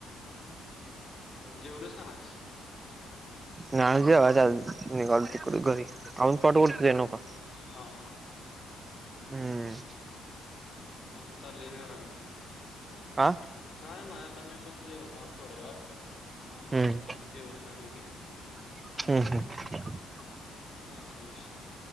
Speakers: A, on the left; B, on the right.
A: जेवलास का नायस?
B: नाही अजून जेवायचं अजून निघालोय तिकड
A: हम्म
B: घरी
A: हम्म
B: अजून पाठ ओढतोय न्हवका.
A: हा हा!
B: हम्म!
A: आता चालायस घराकड?
B: आ?
A: काय नाही आता मी पण जेवणार थोड्या आत
B: हम्म
A: आज स जेवण झाले की
B: हम् हम्!
A: असा विषय